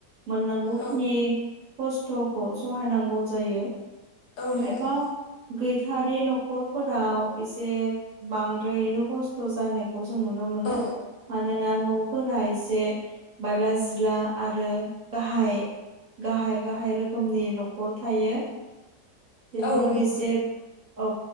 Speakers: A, on the right; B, on the left.
A: मोननांगौ
B: औ
A: खिनि खस्थ'खौ सहायनांगौ जायो
B: औ नोंथां
A: खायफा गैथारि न'खरफोराव एसे बांद्रायैनो खस्थ' जानाय खौ जों नुनो मोनो।
B: औ
A: मानोना न'फोरा एसे बायला जिला आरो गाहाय गाहाय-गाहाय रोखोमनि न'खर थायो बेफोराव
B: औ नोंथां
A: एसे औ